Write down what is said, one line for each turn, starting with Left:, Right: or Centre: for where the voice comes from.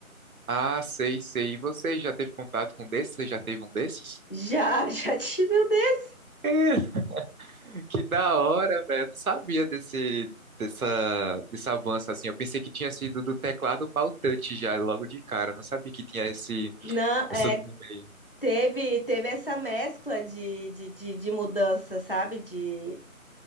Right: Ah, sei, sei. E você já teve contato com desses? Você já teve um desses?
Left: Já, <laughs> já tive o dedo.
Right: <laughs> Que da hora, velho. Eu não sabia desse, dessa, desse avanço assim. Eu pensei que tinha sido do teclado para o touch já, logo de cara. Eu não sabia que tinha esse,
Left: Não, é,
Right: essa no meio.
Left: Teve, teve essa mescla de, de, de, de mudança, sabe? De,